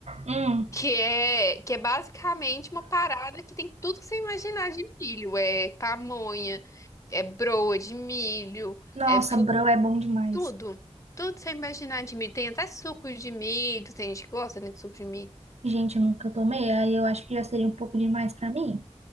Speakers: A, on the right; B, on the left.
A: Hum,
B: Que é, que é basicamente uma parada que tem tudo que você imaginar de milho. É pamonha, é broa de milho,
A: nossa,
B: é fu-
A: bro, é bom demais.
B: tudo. Tudo que você imaginar de milho. Tem até suco de milho, tem gente que gosta, né, de suco de milho.
A: Gente, eu nunca tomei, aí eu acho que já seria um pouco demais pra mim.